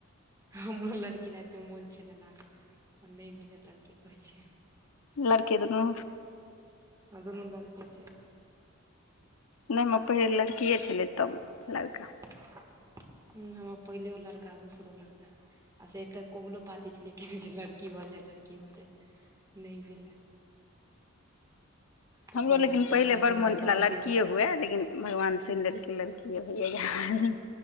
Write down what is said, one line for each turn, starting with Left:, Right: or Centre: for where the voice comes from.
Right: हमरो लड़की लए एते मोन छले लागल, पर नहि भेले त आब की कहे छि।
Left: लड़के दुनू।
Right: हं दुनू लड़के छै।
Left: नहि हमर पहिल लड़किये छलै, तब लड़का।
Right: हम्म हमर पहिलहो लड़का दूसरो लड़का। आ से एतऽ कबलो-पाती छलिये केने, जे लड़की भऽ जैं लड़की भऽ जैं। नहि भेलै। तऽ
Left: हमरो
Right: फेर
Left: लेकिन
Right: सब
Left: पहिले
Right: कहलखिन
Left: बड़
Right: जे
Left: मोन
Right: आब
Left: छले
Right: रहऽ
Left: लड़कीये
Right: दियौ
Left: हुए, लेकिन भगवान सुनि लेलकय लड़ के अबै यैं यार।